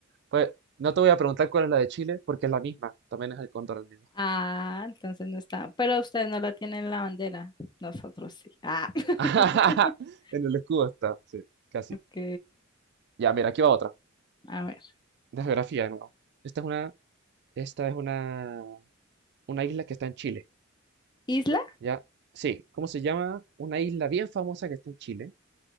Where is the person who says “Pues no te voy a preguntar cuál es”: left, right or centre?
Right